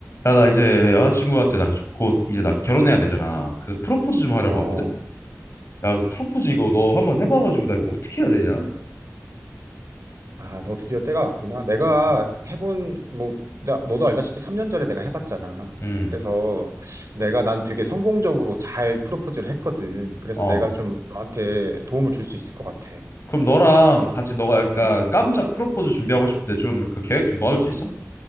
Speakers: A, on the left; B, on the right.
A: 야, 나 이제 여자친구한테 나 곧 이제 나 결혼해야 되잖아. 그래서 프로포즈 좀 하려고
B: 어,
A: 하거든? 야, 그 프로포즈 이거 너 한번 해봐가지고 나 이거 어떻게 해야 되냐?
B: 아, 너 드디어 때가 왔구나. 내가
A: 음.
B: 해본, 뭐, 나, 너도 알다시피 3년 전에 내가 해봤잖아.
A: 음,
B: 그래서 내가 난 되게 성공적으로 잘 프로포즈를 했거든. 그래서
A: 어.
B: 내가 좀 너한테 도움을 줄 수 있을 것 같아.
A: 그럼 너랑 같이 너가 약간
B: 음.
A: 깜짝 프로포즈 준비하고 싶을 때 좀 그 계획 좀 도와줄 수 있어?